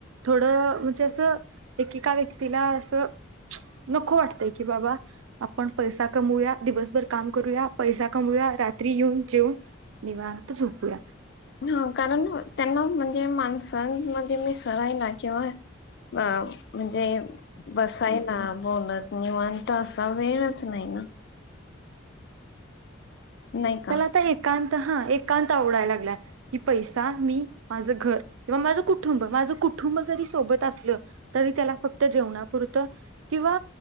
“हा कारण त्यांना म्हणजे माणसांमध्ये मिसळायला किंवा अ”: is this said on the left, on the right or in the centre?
Left